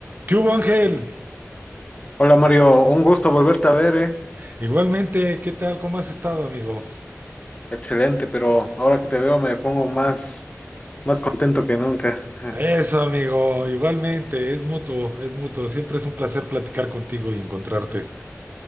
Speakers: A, on the right; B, on the left.
A: ¿Qué hubo, Ángel?
B: Hola Mario, un gusto volverte a ver, eh.
A: Igualmente, ¿qué tal? ¿Cómo has estado, amigo?
B: Excelente, pero ahora que te veo me pongo más, más contento que nunca. Ajá.
A: Eso, amigo, igualmente, es mutuo, es mutuo. Siempre es un placer platicar contigo y encontrarte.